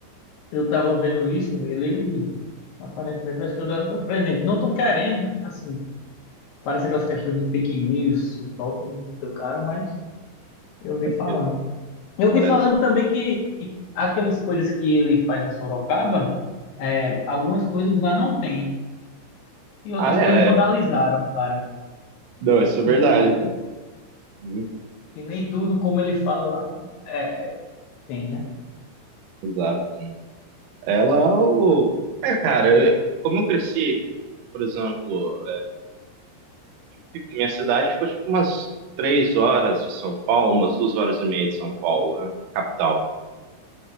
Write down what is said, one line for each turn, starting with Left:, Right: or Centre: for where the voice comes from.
Left: Eu tava vendo isso, ele aparentemente vai se candidatar a presidente. Não tão querendo, né? Assim, parece aquelas questões de fake news que soltam do cara, mas eu vi falando.
Right: que é
Left: Eu
Right: do
Left: vi
Right: Brasil.
Left: falando também que aquelas coisas que ele faz em Sorocaba, é, algumas coisas lá não tem. E outras
Right: Ah, é,
Left: coisas vandalizaram,
Right: é.
Left: cara.
Right: Não, isso é verdade,
Left: Que tipo,
Right: cara. Uhum,
Left: que nem tudo como ele fala lá é, tem, né?
Right: exato. Ela, é o. É, cara, eu- como eu cresci, por exemplo, fico- minha cidade ficou tipo umas três horas de São Paulo, umas duas horas e meia de São Paulo, né? Capital.